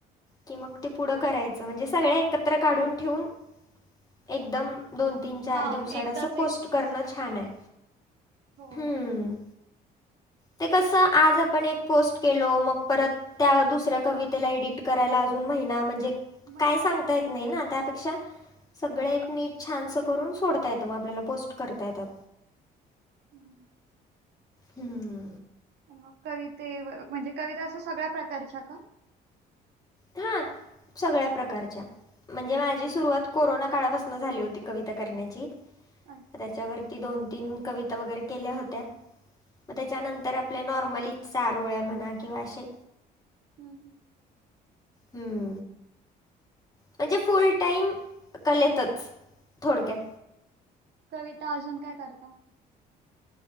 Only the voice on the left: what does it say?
कि मग ते पुढं करायचं म्हणजे सगळ एकत्र काढून ठेऊून एकदम. दोन तीन चार
दिवसा आड
अस पोस्ट
करणं
छान आहे.
हम्म. ते कसं आज आपण एक पोस्ट केलो मग परत, त्या दुसऱ्या कवितेला एडिट करायला अजून महिना म्हणजे,
काय सांगता
नाही
ना त्यात सगळ एक नीट छान करून सोडता येत मग आपल्याला पोस्ट करता येतात.
हम्म
हा. सगळ्या प्रकारच्या. म्हणजे माझी सुरुवात कोरोना काळापासून झाली होती कविता करण्याची.
त्याच्यावर मी दोन, तीन कविता वगैरे केल्या होत्या. मग त्याच्यानंतर आपल्या नॉर्मलीच चारोळ्या म्हणा किंवा अशे
हम्म म्हणजे फुल टाईम कलेतच थोडक्यात.